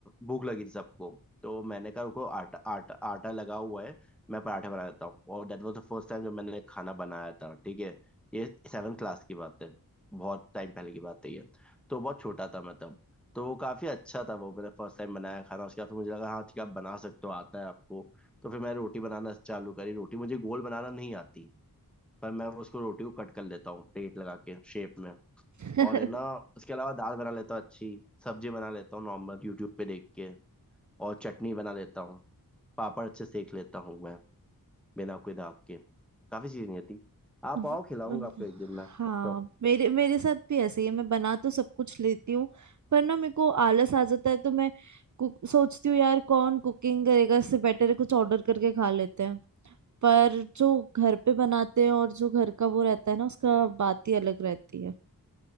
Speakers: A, in the centre; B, on the right (about 55°).
A: भूख लगी थी सबको तो मैंने कहा उनको आटा आटा आटा लगा हुआ है मैं पराठे बना देता हूँ और that was the first time जब मैंने खाना बनाया था ठीक है ये सेवन क्लास की बात है बहुत टाइम पहले की बात है ये तो बहुत छोटा था मैं तब तो वो काफ़ी अच्छा था वो मैंने फर्स्ट टाइम बनाया खाना उसके बाद फिर मुझे लगा हाँ ठीक है आप बना सकते हो आता है आपको तो फिर मैं रोटी बनाना चालू करी रोटी मुझे गोल बनाना नहीं आती पर मैं उसको रोटी को कट कर लेता हूँ प्लेट लगा के शेप में
B: <laughs>
A: और है ना उसके अलावा दाल बना लेता हूँ अच्छी सब्जी बना लेता हूँ नॉर्मल यूट्यूब पे देख के और चटनी बना लेता हूँ पापड़ अच्छे सेक लेता हूँ मैं बिना कोई दाग के काफ़ी चीज़ें नहीं आती आप
B: अम्म,
A: आओ खिलाऊंगा आपको एक दिन मैं
B: हाँ
A: पक्का।
B: मेरे मेरे साथ भी ऐसे ही है मैं बना तो सब कुछ लेती हूँ पर ना मेरे को आलस आ जाता है तो मैं कुक सोचती हूँ यार कौन कुकिंग करेगा इससे बेटर है कुछ ऑर्डर करके खा लेते हैं पर जो घर पे बनाते हैं और जो घर का वो रहता है ना उसका बात ही अलग रहती है